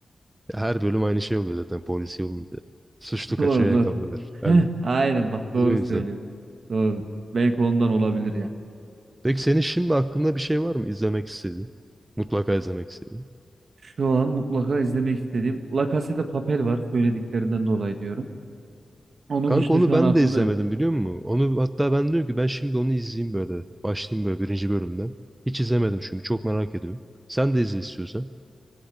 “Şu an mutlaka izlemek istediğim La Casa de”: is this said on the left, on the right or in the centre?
Right